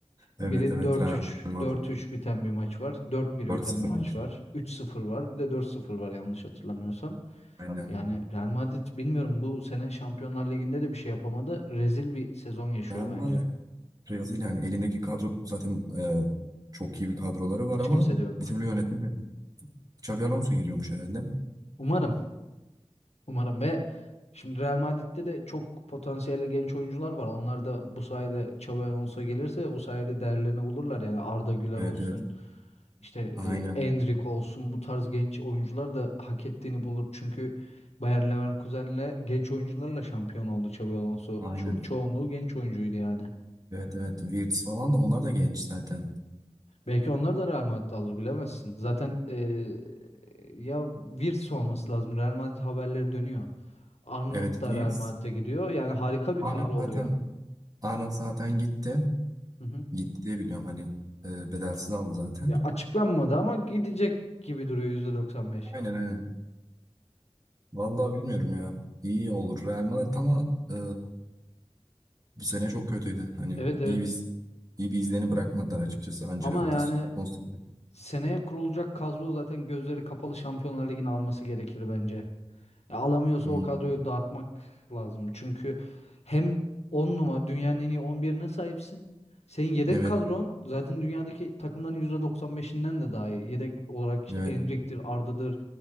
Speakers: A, on the right; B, on the left.
A: Evet
B: Biri
A: evet
B: dört
A: Real
B: üç
A: Madrid
B: dört üç biten bir maç var. dört 1
A: 4-0
B: biten bir maç
A: olmuş.
B: var. üç sıfır var. Bir de dört sıfır var yanlış hatırlamıyorsam.
A: Aynen.
B: Yani Real Madrid bilmiyorum bu sene Şampiyonlar Ligi'nde de bir şey yapamadı. Rezil bir sezon yaşıyor
A: Real
B: bence.
A: Madrid rezil yani elindeki kadro zaten e, çok iyi bir kadroları var
B: Hiç
A: ama
B: kimse de yok.
A: bir türlü yönetemedi. Xabi Alonso geliyormuş herhalde.
B: Umarım. Umarım ve şimdi Real Madrid'de de çok potansiyelli genç oyuncular var. Onlar da bu sayede Xabi Alonso gelirse bu sayede değerlerini bulurlar. Yani Arda Güler
A: Evet
B: olsun,
A: evet.
B: işte
A: Aynen.
B: e, Endrick olsun bu tarz genç oyuncular da hak ettiğini bulur. Çünkü Bayer Leverkusen'le genç oyuncularla şampiyon oldu Xabi Alonso.
A: Aynen.
B: Ço çoğunluğu genç oyuncuydu yani.
A: Evet evet. Wirtz falan da onlar da genç zaten.
B: Belki onları da Real Madrid alır bilemezsin. Zaten eee, ya Wirtz olması lazım. Real Madrid haberleri dönüyor. Arnold
A: Evet
B: da
A: Wirtz.
B: Real Madrid'e gidiyor. Yani harika bir
A: Arnold
B: kadro oluyor.
A: zaten Arnold zaten gitti.
B: Hı hı.
A: Gitti diye biliyorum hani e, bedelsiz aldı zaten.
B: Ya açıklanmadı ama gidecek gibi duruyor %95.
A: Aynen aynen. Vallahi bilmiyorum ya. İyi olur. Real Madrid ama e, bu sene çok kötüydü. Hani
B: Evet evet.
A: iyi bir iyi bir izlerini bırakmadılar açıkçası. Ancelotti
B: Ama yani
A: son sene.
B: seneye kurulacak kadro zaten gözleri kapalı Şampiyonlar Ligi'ni alması gerekir bence. Ya alamıyorsa
A: Hı,
B: o kadroyu dağıtmak lazım. Çünkü hem 10 numara dünyanın en iyi 11'ine sahipsin. Senin yedek
A: Evet
B: kadron zaten dünyadaki takımların yüzde doksan beşinden de daha iyi. Yedek olarak işte
A: evet
B: Endrick'tir, Arda'dır,